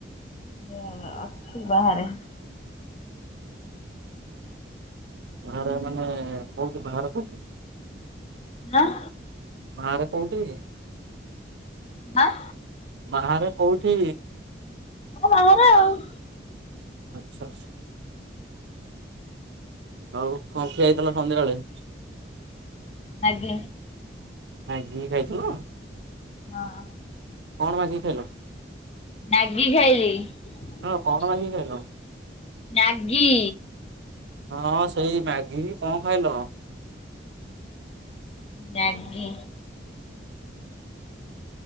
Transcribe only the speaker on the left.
ଏ ଅଛୁ ବାହାରେ।
ଆଁ
ଆଁ।
ବାହାରେ ଆଉ।
ମ୍ୟାଗି।
ହଁ।
ମ୍ୟାଗି ଖାଇଲି।
ମ୍ୟାଗି।
ମ୍ୟାଗି।